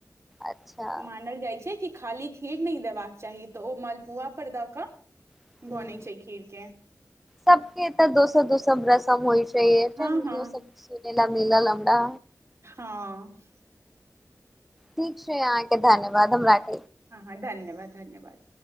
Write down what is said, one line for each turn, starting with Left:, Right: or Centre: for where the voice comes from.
Centre: अच्छा
Right: मानल जाइ छै। कि खाली खीर नहि देबाक चाही, तऽ ओ मलपुआ पर द क।
Centre: हूँ
Right: बनै छै खीर के।
Centre: सबके तऽ दोसर -दोसर। सब रसम होइ छै। सब
Right: हँ हँ
Centre: सुने ल मिलल हमरा।
Right: हँ
Centre: ठीक छै अहाँके धन्यवाद हम राख।
Right: हँ हँ धन्यवाद। धन्यवाद।